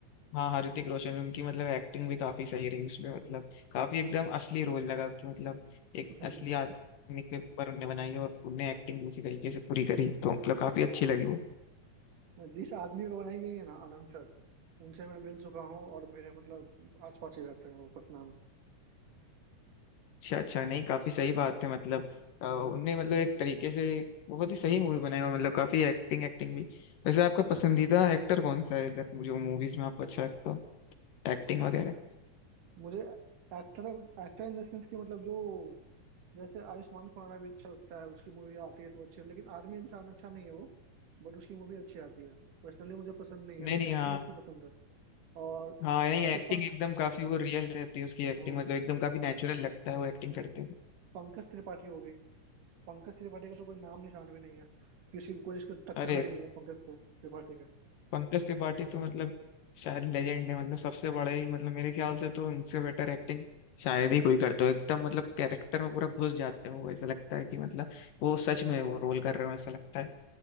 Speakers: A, on the left; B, on the right.
A: हाँ हाँ ऋतिक रोशन उनकी मतलब एक्टिंग भी काफी सही रही उसमें मतलब
B: हम्म
A: काफी एकदम असली रोल लगा कि मतलब एक
B: हम्म,
A: असली आदमी के ऊपर उनने बनाई है और उनने एक्टिंग उसी तरीके से पूरी करी तो मतलब काफी अच्छी
B: हाँ
A: लगी वो
B: जिस आदमी को बनाई गई है ना आनंद सर उनसे मैं मिल चुका हूँ और मेरे मतलब आस पास ही रहते हैं वो पटना में
A: अच्छा अच्छा नहीं काफी सही बात है मतलब अ, उनने
B: हम्म
A: मतलब एक तरीके से बहुत ही सही मूवी बनाई और मतलब काफी एक्टिंग एक्टिंग भी वैसे आपका पसंदीदा एक्टर कौन सा है इधर जो मूवीज में आपको अच्छा लगता हो एक्टिंग वगैरह
B: मुझे एक्टर एक्टर इन द सेंस कि मतलब जो जैसे आयुष्मान खुराना भी अच्छा लगता है उसकी मूवी आती है तो अच्छी है लेकिन आदमी इंसान अच्छा नहीं है वो बट उसकी मूवी अच्छी आती है पर्सनली मुझे पसंद नहीं है
A: नहीं
B: लेकिन
A: नहीं
B: एक्टिंग
A: हाँ
B: उसकी पसंद है और
A: हाँ नहीं
B: वैसे
A: एक्टिंग
B: पंख
A: एकदम काफी वो रियल रहती है उसकी एक्टिंग
B: हाँ
A: मतलब एकदम काफी नेचुरल लगता है वो एक्टिंग करते
B: हम्म।
A: हुए
B: पंकज त्रिपाठी हो गई पंकज त्रिपाठी का तो कोई नाम निशान भी नहीं है किसी कोई इसके टक्कर
A: अरे
B: में ही नहीं है पंकज त्रि- त्रिपाठी का
A: पंकज त्रिपाठी तो मतलब शायद लेजेंड है मतलब सबसे बड़े ही मतलब मेरे ख्याल से तो उनसे बेटर एक्टिंग शायद ही कोई करता हो एकदम मतलब कैरेक्टर में पूरा घुस जाते हैं वो ऐसा लगता है कि मतलब वो सच
B: हम्म
A: में वो
B: हम्म
A: रोल कर रहे हो ऐसा लगता है